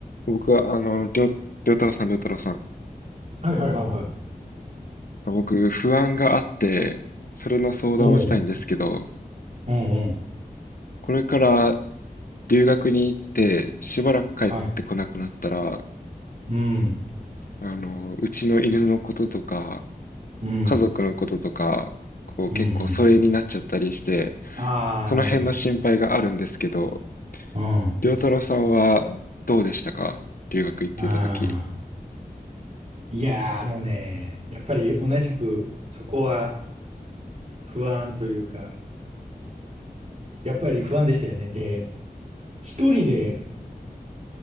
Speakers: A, on the left; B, on the right.
A: 僕は、あの、りょう、りょうたろうさん、りょうたろうさん。
B: はいはいはいはい。
A: 僕、不安があって、それの相談をしたいんですけど、
B: おう、うんうん。
A: これから留学に行って、しばらく帰ってこなくなったら、
B: はい。うん、
A: あの、うちの犬のこととか、
B: うん、
A: 家族のこととか、こう、
B: うん、
A: 結構疎遠になっちゃったりして、
B: うん。ああ、
A: その辺の心配があるんですけど、
B: なるほど。うん。あ
A: りょうたろうさんはどうでしたか留学行ってた時。
B: あ。いやー、あのね、やっぱり同じく、そこは不安というか、やっぱり不安でしたよね。で、一人で、